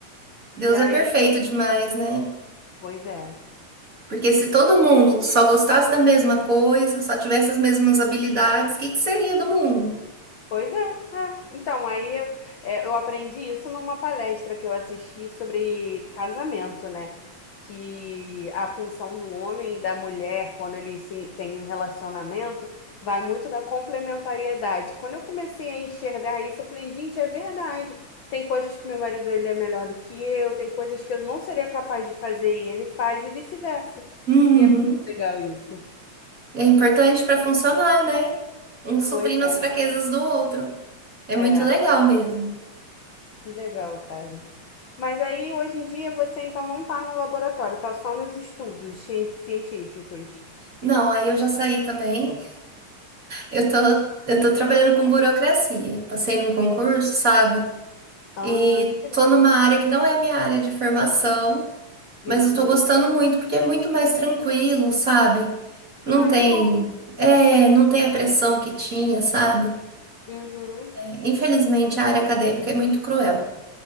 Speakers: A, on the left (about 70°); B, on the right (about 30°).
A: E
B: Deus
A: aí,
B: é perfeito demais, né?
A: pois é.
B: Porque se todo mundo só gostasse da mesma coisa, só tivesse as mesmas habilidades, o que que seria do mundo?
A: Pois é, é. Então, aí eu, é, eu aprendi isso numa palestra que eu assisti sobre casamento, né? Que a função do homem e da mulher, quando eles se- têm um relacionamento, vai muito da complementariedade. Quando eu comecei a enxergar isso, eu falei, gente, é verdade. Tem coisas que meu marido ele é melhor do que eu, tem coisas que eu não seria capaz de fazer e ele faz, e vice-versa.
B: Uhum.
A: E é muito legal isso.
B: É importante para funcionar, né? Um suprindo
A: Pois é,
B: as fraquezas do outro. É
A: é,
B: muito legal mesmo.
A: que legal, cara. Mas aí, hoje em dia, você então não está no laboratório, está só nos estudos ci- científicos.
B: Não, aí eu já saí também. Eu tô, eu tô trabalhando com burocracia. Passei num concurso, sabe?
A: Ah,
B: E
A: que legal.
B: tô numa área que não é minha área de formação, mas
A: Uhum.
B: eu tô gostando muito porque é muito mais tranquilo, sabe? Não
A: Ah,
B: tem,
A: que bom.
B: é, não tem a pressão que tinha, sabe?
A: Uhum.
B: É, Infelizmente, a área acadêmica é muito cruel